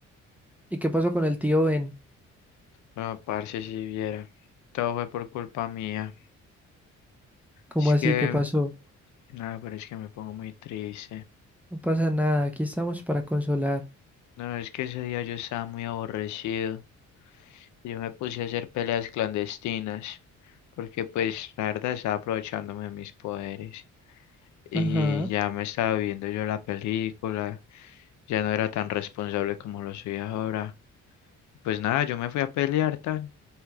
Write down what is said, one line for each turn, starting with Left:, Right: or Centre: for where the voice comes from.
Centre: ¿Y qué pasó con el tío Ben?
Left: No, parce, si viera. Todo fue por culpa mía.
Centre: ¿Cómo
Left: Es
Centre: así?
Left: que,
Centre: ¿Qué pasó?
Left: no, pero es que me pongo muy triste.
Centre: No pasa nada, aquí estamos para consolar.
Left: No, es que ese día yo estaba muy aborrecido. Yo me puse a hacer peleas clandestinas. Porque, pues, la verdad, estaba aprovechándome de mis poderes. Y
Centre: Ajá.
Left: ya me estaba viendo yo la película. Ya no era tan responsable como lo soy ahora. Pues nada, yo me fui a pelear tan.